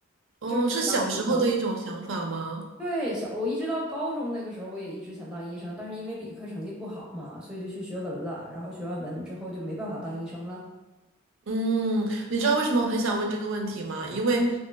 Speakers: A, on the right; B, in the centre.
A: 哦，
B: 就是想当医生。
A: 是小时候的一种想法吗？
B: 对，小，我一直到高中那个时候，我也一直想当医生，但是因为理科成绩不好嘛，所以就去学文了。然后学完文之后就没办法当医生了，
A: 嗯，你知道为什么我很想问这个问题吗？因为，
B: 嗯，